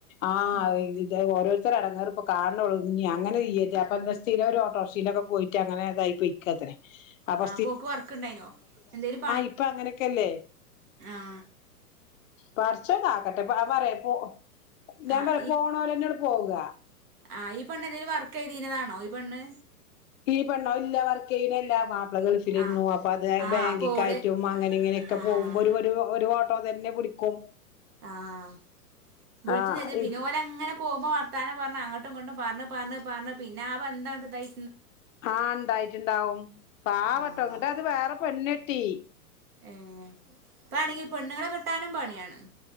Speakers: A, on the left; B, on the right.
A: ആഹ
B: ഉം
A: ഇ ഓരോരുത്തരടെ അടങ്ങാറ ഇപ്പൊ കാണള്ളൂ ഇ അങ്ങനെ അപ്പ എന്ത സ്ഥിരം ഒരു ഓട്ടോറിക്ഷയിലൊക്കെ പോയിട്ട് അങ്ങനെതായിപൊയ്ക്കത്രെ ആഹ്
B: അപ്പൊ ഓക്ക് വർക്ക് ഇണ്ടായിനോ എന്തേലും
A: ഇപ്പ അങ്ങനെയൊക്കെല്ലേ
B: ആ
A: പടച്ചോൻ കാക്കട്ടെ പറയാ പോ ഞാൻ
B: ആഹ്
A: പറയാ പോണൊരു എന്നെ പോവുക
B: ആ ഈ പെണ് എന്തെങ്കില വർ ചെയ്തിനതാണോ ഈ പെണ്
A: ഈ പെണ്ണോ എല്ല വർക്കല്ല മാപ്പള ഗൾഫിലിരുന്നു
B: ആഹ്
A: അപ്പൊ അത്
B: ആഹ്
A: ബാങ്കിക്കായിറ്റും
B: അപ്പൊ ഓള്
A: അങ്ങനെഇങ്ങനെ ഒക്കെ
B: ആഹ്
A: പോകുമ്പോ ഒരു ഒരു ഓട്ടോ തന്നെ പിടിക്കും
B: ആഹ് വിളിച്ചു
A: ആഹ്
B: തല്ല പിന്നെ
A: ഇപ്
B: ഓലെ അങ്ങനെ പോകുമ്പോ വർ താനം പറഞ് അങ്ങട്ടും ഇങ്ങോട്ടുംപറഞ്ഞു പറഞ്ഞു പറഞ്ഞഞ്ഞ് പിന്നെ ആ ബന്ധം ഇ
A: ആഹ് ഉണ്ടായിട്ടുണ്ടാവും പാവട്ട
B: ആഹ്
A: ഇങ്ങിട്ട് അത് വേറെ പെണ്ണട്ടി
B: ഏ ഇപ്പേണെങ്കിൽ പെണ്ണുങ്ങളെ കിട്ടാനും പണിയാണ്